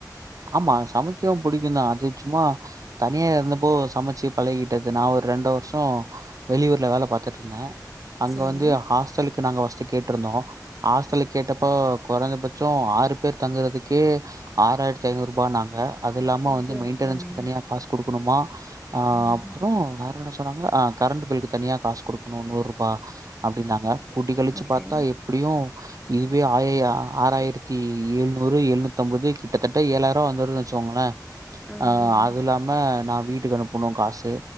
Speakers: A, on the right; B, in the centre.
A: ஆமா சமைக்கவு புடிக்குந்தா அது சும்மா தனியா இருந்தப்போ சமச்சு பழகிட்டது நா ஒரு ரெண்ட வருஷோ வெளியூர்ல வேல பாத்துட் இருந்த அங்க
B: சரி
A: வந்து ஹாஸ்டலுக்கு நாங்க வஸ் வெச்சு கேட்ருந்தோ ஹாஸ்ட்டல்ல கேட்டப்போ கொறஞ்ச பட்சோ ஆறு பேர் தங்குறதுக்கே ஆறாயிரத்து ஐநூருபானாங்க அது இல்லாம
B: ஐயோ
A: வந்து மெயின்டெனஸ்க்கு
B: ம்
A: தனியா காசு குடுக்கணுமா அ
B: ம்
A: அப்புறோ வேற என்ன சொன்னாங்க அ கரண்ட்டு பில்லுக்கு தனியா காசு குடுக்கணு நூரூபா அப்டின்னாங்க கூட்டி கழுச்சு
B: ஓகே
A: பாத்தா எப்டியு இதுவே ஆய ஆறாயிரத்தி ஏழ் நூறு ஏழ்நூத்து அம்பது கிட் கிட்டத்தட்ட ஏழாயிரோ வந்துருது வெச்சுகோங்கள
B: ஆ ஆ ஆமாம்
A: அ அது இல்லாம நா வீட்டுக்கு அனுப் பணு காசு